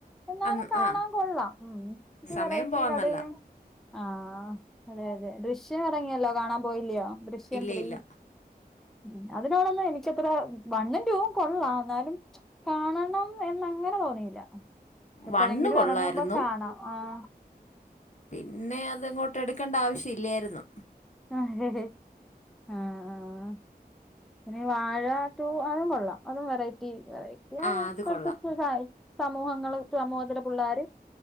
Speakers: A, in the centre; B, on the left.
A: എന്നാലും
B: അന്ന്
A: കാണാൻ
B: ആ
A: കൊള്ളാം ഉം ഒരു
B: സമയം
A: വെറൈ
B: പോവാന്നല്ല
A: റ്റ് കഥയും ആഹ് അതെ അതെ ദൃശ്യം ഇറങ്ങിയല്ലോ കാണാൻ പോയില്യായോ ദൃശ്യം
B: ഇല്ല
A: ത്രീ
B: ഇല്ല
A: ഉം അതിനോടൊന്നും എനിക്കത്ര വണ്ണും ടുവും കൊള്ളാം എന്നാലും കാണണം എന്ന് അങ്ങനെ തോന്നിയില്ല എപ്പോഴെങ്കിലും
B: വണ്ണ് കൊള്ളായിരുന്നു
A: എറങ്ങുമ്പോ കാണാം ആഹ്
B: പിന്നെ അത് അങ്ങോട്ട് എടുക്കണ്ട ആവിശ്യം ഇല്ലായിരുന്നു
A: ആഹ് ആഹ് ആഹ് പിന്നെ വാഴ ടു അതും കൊള്ളാം അതും വെറൈറ്റി വെറൈറ്റി ആണ്
B: ആ
A: ഇപ്പോഴത്തെ
B: അത് കൊള്ളാം
A: <unintelligible> സമൂഹങ്ങള് സമൂഹത്തിലെ പുള്ളാര്